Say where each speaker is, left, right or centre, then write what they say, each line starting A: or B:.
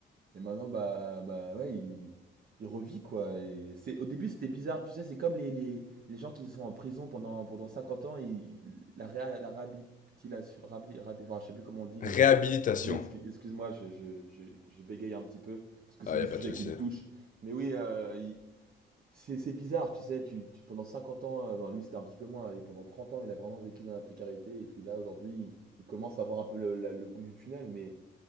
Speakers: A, on the right; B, on the left.
A: Et maintenant, bah, bah ouais, il, il revit quoi. Et c'est, au début, c'était bizarre, tu sais, c'est comme les, les, les gens qui sont en prison pendant, pendant 50 ans, ils- la, réha- la réhabilitation, rabi- rabi- enfin, je sais plus comment on dit, mais
B: Réhabilitation,
A: oui, excu- excuse-moi, je, je, je, je bégaye un petit peu, parce que c'est
B: ah
A: des
B: y a
A: sujets
B: pas de souci.
A: qui me touchent. Mais oui, euh, il- c'est, c'est bizarre, tu sais, tu, tu- pendant 50 ans, euh, ben, lui c'était un petit peu moins, et pendant 30 ans, il a vraiment vécu dans la précarité, et puis là, aujourd'hui, il, il commence à voir un peu le, la- le bout du tunnel, mais